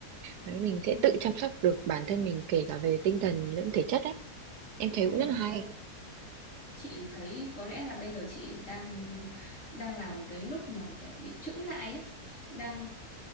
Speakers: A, on the right; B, on the left.
A: đấy mình
B: Ừ,
A: sẽ tự chăm sóc được bản thân mình kể cả về tinh thần lẫn thể chất đấy em thấy cũng
B: chuẩn
A: rất là hay
B: luôn. chị thấy có lẽ là bây giờ chị đang đang là một cái lúc mà kiểu bị chững lại ấy. đang